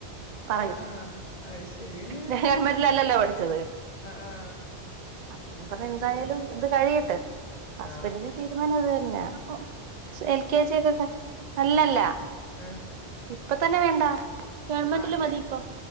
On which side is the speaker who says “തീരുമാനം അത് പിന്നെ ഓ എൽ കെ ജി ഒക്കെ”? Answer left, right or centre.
Right